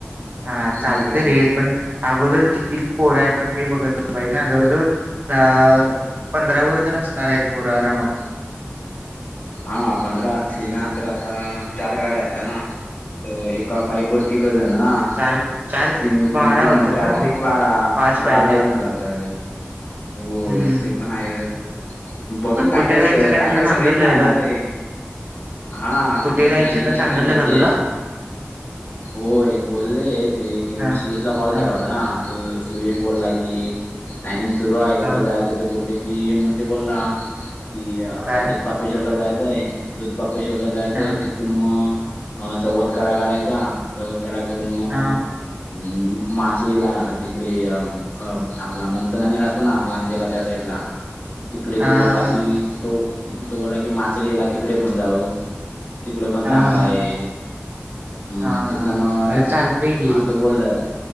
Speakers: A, on the right; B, on the left.
A: हा
B: होय
A: चालतय रे पण अगोदर किती पोर आहे आपण ते, बघितलं पाहिजे ना जवळजवळ. तर पंधरावरभर तर असणार हायत पोरं आरामात.
B: हा पंधरा असली ना, तर आता चार गाड्या असल्या ना तर एका बाईकवर, तिघंजणं ना.
A: चार चार त्रिक
B: तीन तीन
A: बारा
B: त्रिक
A: होतात
B: नऊ,
A: ना
B: चार त्रिक
A: मग
B: बारा
A: पाच पाहिजेत
B: बाराजण जातायत. होय
A: हम्म
B: ते पण हायच, बघू
A: पण
B: काय
A: कुठे
B: काय
A: जायचं
B: स काय
A: तुला
B: काय
A: सांगितलेलं
B: सगळेच नाय येणार
A: का
B: रे, हा
A: कुठे
B: त्यांच
A: जायचं
B: प्लनिंग
A: का
B: हाय
A: सांगितलं
B: काय माहितीए.
A: का तुला
B: होय बोलले ते,
A: हा
B: सुयशला कॉल
A: हा
B: केला होता ना. सुयेश बोलला की, प्लॅनिंग सुरू आहे
A: ह
B: कुठे जायचं. ते बोले की मग ते बोला, कि
A: काय
B: दुध पापेश्वरला जायचंय दुध. बापेश्वरला जायचंय
A: हा
B: तिथून, मग अ.. सवतकडा करायचा. सवतकडा करून म,
A: हा हा
B: अं माचवीला तिकडे अ अं.. आपला मंथन आणि राहतो ना, लांजेला त्या साईड ला. तिकडे
A: हा
B: तो बोलला की तो, तो बोलला की माचळी ला तिकडे पण जाऊ. तिकडं पण
A: हा
B: चांगलं
A: हा
B: आहे.
A: हा
B: हम्म
A: हा
B: तिथनं मग
A: म्हणजे चालतय की
B: असं बोललं,